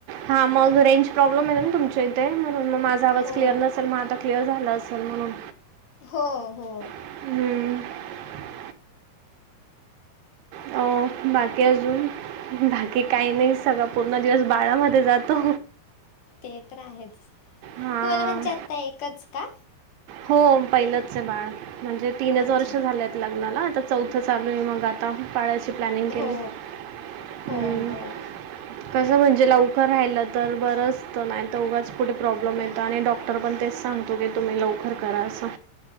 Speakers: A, on the right; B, on the left.
A: हा मग रेंज प्रॉब्लेम आहे नां तुमच्यां इथे म्हणून मगं माझा आवाज
B: हो,
A: क्लिअर नसेल मगं आता क्लिअर झाला असेल म्हणून
B: हो हो.
A: हम्मं अ बाकी अजून. बाकी कांहीं नाहीं सगळां पूर्ण दिवस बाळामंध्ये जातो
B: ते तर आहेच.
A: हां
B: तुम्हाला म्हणजे आत्ता एकच का?
A: हो पहिलंच आहे बाळ म्हणजे तीनच
B: अच्छा.
A: वर्ष झालेत लग्नाला आता चौथं चालू आहे मग आता बाळाची प्लॅनिंग
B: हो,
A: केलीस,
B: हो,
A: हम.
B: हो.
A: कसं म्हणजे लवकर राहिलं तर बरं असत नाही तर उघाच पुढे प्रॉब्लेम येत आणि डॉक्टर पण तेच सांगतो की तुम्ही लवकर करा असं.